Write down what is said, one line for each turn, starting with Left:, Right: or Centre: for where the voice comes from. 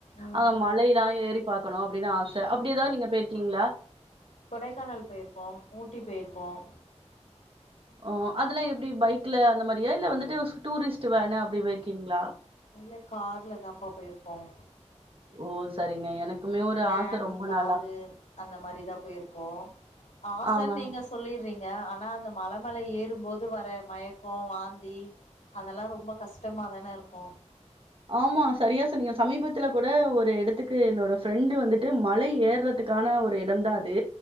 Left: ம்
Right: ஆ மலைலா ஏறி பாக்கணு அப்டின்னு ஆச அப்டி எதாவது நீங்க பேய்ருக்கீங்களா
Left: கொடைக்கானல் போய்ருக்கோம் ஊட்டி போய்ருக்கோம்
Right: ஓ அதெல்லாம் எப்டி பைக்ல அந்த மாரியா இல்ல வந்துட்டு டூரிஸ்ட் வேணு அப்டி போய்ருக்கீங்களா
Left: இல்ல கார்ல தான்ப்பா போய்ருக்கோம்
Right: ஓ சரிங்க எனக்குமே
Left: ம்
Right: ஒரு
Left: வேன்
Right: ஆச ரொம்ப
Left: காரு
Right: நாளா
Left: அந்த மாரிதான் போயிருக்கோம் ஆசன்னு
Right: ஆ
Left: நீங்க சொல்லிறீங்க ஆனா அந்த மல ஏறும்போது வர மயக்கம் வாந்தி அதெல்லாம் ரொம்ப கஷ்டமா தான இருக்கும்
Right: ஆமா சரியா சொன்னீங்க சமீபத்துல கூட ஒரு எடத்துக்கு என்னோட ஃப்ரெண்டு வந்துட்டு மலை ஏறது துக்கான ஒரு இடம் தான் அது